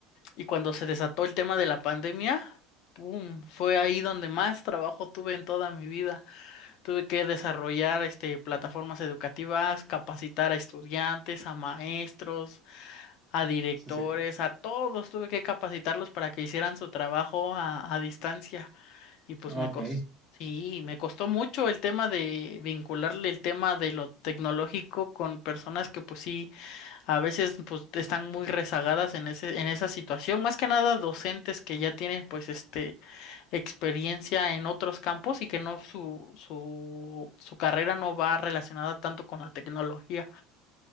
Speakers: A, on the left (about 55°); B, on the right (about 15°).
A: Y cuando se desató el tema de la pandemia, ¡pum! Fue ahí donde más trabajo tuve en toda mi vida. Tuve que desarrollar este, plataformas educativas, capacitar a estudiantes, a maestros a directores,
B: Sí, sí.
A: a todos, tuve que capacitarlos para que hicieran su trabajo a, a distancia y pues
B: Ok.
A: me costó, sí, me costó mucho el tema de vincularle el tema de lo tecnológico con personas que pues sí, a veces pues están muy rezagadas en ese, en esa situación, más que nada docentes que ya tienen pues este experiencia en otros campos y que no su, su, su carrera no va relacionada tanto con la tecnología.